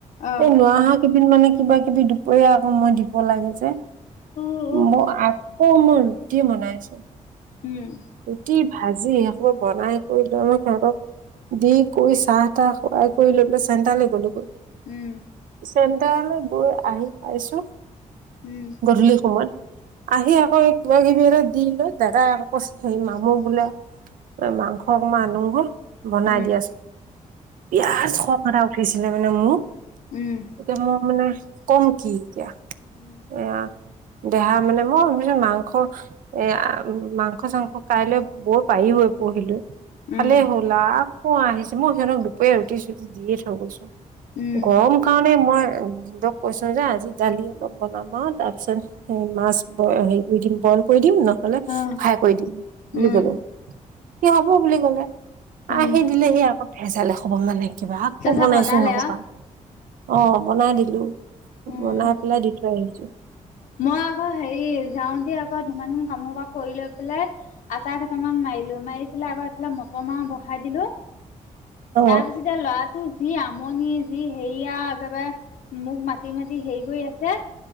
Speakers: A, on the left; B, on the right.
A: অ
B: এই নোৱা। কেইদিন মানে কিবা কিবি দুপৰীয়া আকৌ মই দিব লাগে যে
A: উ উ
B: মোৰ আ। কৌ মই ৰুটি বনাইছো।
A: উম।
B: ৰুটি ভাজি সেইখোপা বনাই কৰি সিহঁতক দি কৰি চাহ। টা খোৱাই কৰি লৈ তোৰ চেণ্টাৰলৈ গ'লোগৈ।
A: উম।
B: চেণ্টাৰলৈ গৈ আহি পাইছো।
A: উম।
B: গধূলি সময়ত। আহি আকৌ এই কিবাকিবি এটা দি লৈ দাদাই আকৌ কৈছে সেই মানুহ বোলে। এ মাংস অকমান‌ আনুগৈ বনাই
A: উম
B: দিয়াচ। বিৰাট খং এটা উঠিছিলে মানে মোৰ।
A: উম।
B: এতিয়া ম মানে কম কি এতিয়া।
A: উম।
B: এয়া দেহা মানে ম <inaudible> মাংস। এ মাংস চাংস কাইলৈ বৰ পাৰি পুহিলো।
A: উম
B: খালে
A: উম
B: হ'ল আকৌ আহিছে মই সিহঁতক দুপৰ ৰুটি চৰুটি দিয়ে থৈ গৈছো।
A: উম
B: গৰম কাৰণে মই দিয়ক কৈছো যে আজি দালি অলপ বনাম আৰু তাৰপিছত মাছ বই হেৰি কৰি দিম বইল কৰি দিম ন হলে
A: অ
B: ফ্ৰাই কৰি দিম বুলি
A: উম
B: কলো সি হব বুলি কলে।
A: উম
B: আহি দিলেহি আকৌ ভেজাল এখোপা মানে কিবা আকৌ
A: তাৰপিছত
B: বনাইছো
A: বনালে
B: সেই সোপা।
A: আও
B: অঁ' বনাই দিলো
A: উম
B: বনাই পেলাই দি থৈ আহিছো।
A: মই আকৌ হেৰি যাওঁ তেই আকৌ ধূমাধূম কাম সোপা কৰি লৈ পেলাই। আটা কেইটামান মাৰিলো মাৰি পেলাই আকৌ এফালে মটৰ মাহ বহাই দিলো
B: অ
A: তাৰ পিছত এতিয়া ল'ৰাটো যি আমনি যি হেৰিয়া একেবাৰে। মোক মাতি মাতি হেৰি কৰি আছে।